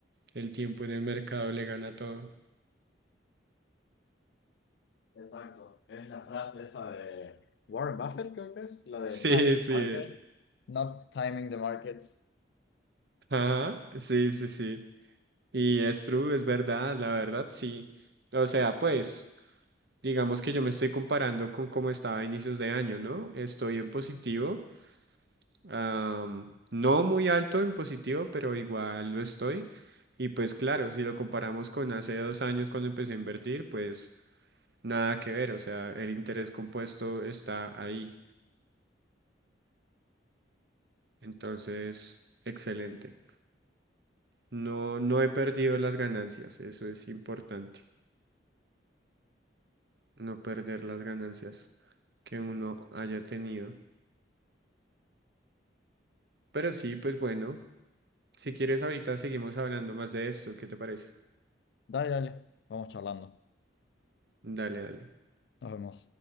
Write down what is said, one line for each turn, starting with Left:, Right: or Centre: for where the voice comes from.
Right: El tiempo en el mercado le gana todo.
Left: Exacto. Es la frase esa de Warren Buffett, creo que es, la de
Right: Sí,
Left: Timing
Right: sí
Left: the Market,
Right: es.
Left: not timing the markets.
Right: Ajá, sí, sí, sí. Y es true, es verdad, la verdad, sí. O sea, pues, digamos que yo me estoy comparando con cómo estaba a inicios de año, ¿no? Estoy en positivo, am, no muy alto en positivo, pero igual lo estoy. Y pues claro, si lo comparamos con hace dos años cuando empecé a invertir, pues nada que ver, o sea, el interés compuesto está ahí. Entonces, excelente. No, no he perdido las ganancias, eso es importante, no perder las ganancias que uno haya tenido. Pero sí, pues bueno, si quieres ahorita seguimos hablando más de esto, ¿qué te parece?
Left: Dale, dale, vamos charlando.
Right: Dale, dale.
Left: Nos vemos.